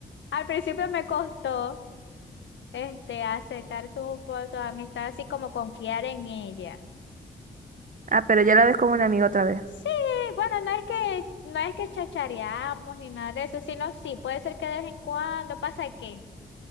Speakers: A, on the left; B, on the right.
A: Al principio me costó. Este, aceptar su, pues, su amistad, así como confiar en ella.
B: Ah, pero ya la ves como un amigo otra vez.
A: Sí, bueno, no es que, no es que chachareamos ni nada de eso, sino sí, puede ser que de vez en cuando pasa que.